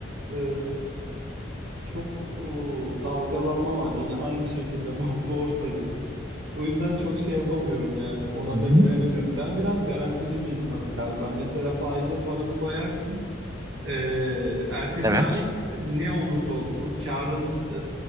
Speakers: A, on the right; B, on the right.
A: Ee, çok e, dalgalanma var yine aynı şekilde <laughs> bu- borsa gibi. O yüzden çok şey yapamıyorum yani ona
B: Hı
A: da
B: hı.
A: güvenemiyorum. Ben biraz garantici bir insanım galiba. Mesela faize paranı koyarsın. Ee, ertesi
B: Evet.
A: ay e, ne olursa olsun karın e,